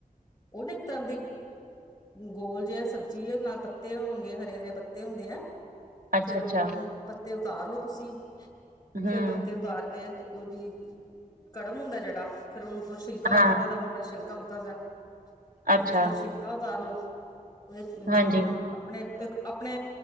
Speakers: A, on the left; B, on the right.
A: ਉਹਨਾ ਇੱਕ ਤਰ੍ਹਾਂ ਦੇ ਗੋਲ ਜਿ ਸਬਜ਼ੀ ਏ ੳਦੇ ਨਾਲ ਪੱਤੇ ਹੋਣਗੇ, ਹਰੇ-ਹਰੇ ਪੱਤੇ ਹੁੰਦੇ ਆ।
B: ਅੱਛਾ
A: ਫਿਰ
B: ਅੱਛਾ
A: ਉਹਨਾਂ ਨੂੰ, ਪੱਤੇ ਉਤਾਰ ਲੋੋ ਤੁਸੀਂ।
B: ਹਮ
A: ਫਿਰ ਪੱਤੇ ਉਤਾਰ ਕੇ ਉਹਦੀ ਕੜਮ ਹੁੰਦਾ ਜੇਹੜਾ, ਫੇਰ ਉਹਨੂੰ ਛਿਲਕਾ
B: ਹਾਂ
A: ਉਤਰਦਾ ਮੋਟਾ ਛਿਲਕਾ ਉਤਰਦਾ।
B: ਅੱਛਾ
A: ਫੇਰ ਤੁਸੀਂ ਓਹਦਾ ਛਿਲਕਾ ਉਤਾਰ ਲਓ ਉਹਦੇ ਚ ਅ
B: ਹਾਂਜੀ
A: ਆਪਣੇ-ਆਪਣੇ